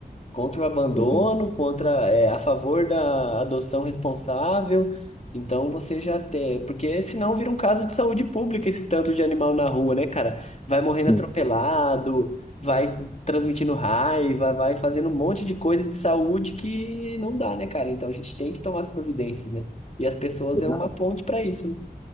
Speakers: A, on the left; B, on the left.
A: contra o abandono,
B: exato,
A: contra, é, a favor da adoção responsável. Então você já tem, porque senão vira um caso de saúde pública esse tanto de animal na rua, né, cara? Vai morrendo
B: sim,
A: atropelado, vai transmitindo raiva, vai fazendo um monte de coisa de saúde que não dá, né, cara? Então a gente tem que tomar as providências, né? E as pessoas
B: exato.
A: é uma ponte para isso, né?